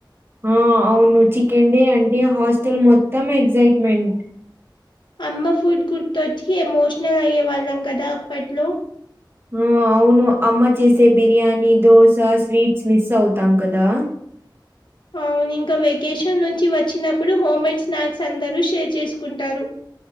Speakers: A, on the right; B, on the left.
A: ఆ అవును చికెన్ డే అంటే హాస్టల్ మొత్తం ఎగ్జైట్మెంట్
B: అమ్మ ఫుడ్ గుర్తొచ్చి ఎమోషనల్ అయ్యే వాళ్ళం కదా అప్పట్లో
A: ఆ అవును అమ్మ చేసే బిర్యానీ దోశ స్వీట్స్ మిస్ అవుతాం కదా
B: ఆ నేను ఇంక వెకేషన్ నుంచి వచ్చినప్పుడు హోమ్మేడ్ స్నాక్స్ అందరూ షేర్ చేసుకుంటారు